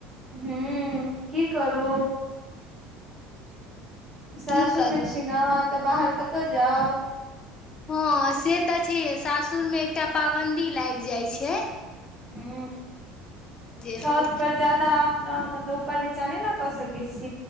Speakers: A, on the right; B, on the left.
A: हू की करू सरसुरमे
B: की करू
A: छी ने तऽ बाहर कतय जाउ
B: हँ से तऽ छैहे सासुरमे एकटा पाबन्दी लागि जाइत छै
A: ह
B: जे
A: छत
B: ओ
A: पर ज्यादा डाउन मतलब ऊपर नीचा नहि न कऽ सकय छी